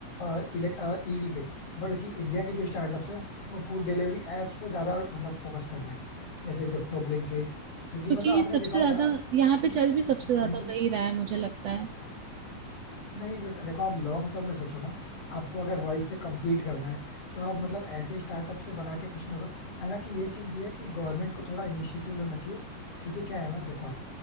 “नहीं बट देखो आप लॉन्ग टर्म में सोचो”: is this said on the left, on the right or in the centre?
Left